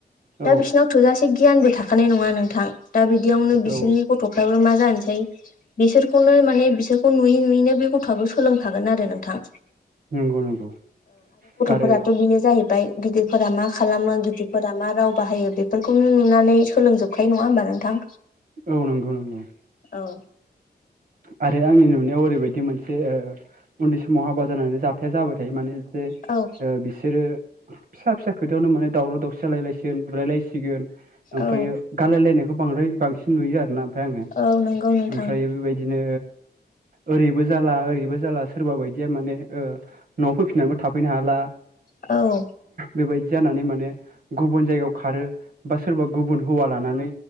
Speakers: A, on the right; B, on the left.
A: औ
B: दा बिसिनाव थोजासे गियानबो थाखानाय नङा नों थां दा बिदियावनो
A: औ
B: बिसोरनि गथ'फ्राबो मा जानोसै बिसोरखौनो माने बिसोरखौ नुयै नुयैनो बे गथ'आबो सोलोंफागोन आरो नोंथां
A: नंगौ नंगौ आरो
B: फोराथ' बेनो जाहैबाय गिदिरफोरा मा खालामो गिदिरफोरा मा राव बाहायो बेफोरखौनो नुनानै सो सोलोंजोबखायो नङा होमबा नोंथां
A: औ नंगौ नंगौ
B: औ
A: आरो आंनि नुनायाव ओरैबायदि मोनसे ओ उन्दै समाव हाबा जानानै जाथाया जाबाय थायो माने जे
B: औ
A: ओ बिसोरो फिसा फिसा खोथायावनो माने दावराव दावसि जालायलायसिगोन बुलायलायसिगोन ओमफ्रायो
B: औ
A: गारलायलायनायखौ बांद्राय बांसिन नुयो आरोना ओमफ्राय आङो
B: औ नंगौ नोंथां
A: ओमफ्रय बेबाय दिनो ओरैबो जाला ओरैबो जाला सोरबा बायदिया माने ओ न'आव फैफिननानैबो थाफैनो हाला
B: औ
A: बेबायदि जानानै माने गुबुन जायगायाव खारो बा सोरबा गुबुन हौवा लानानै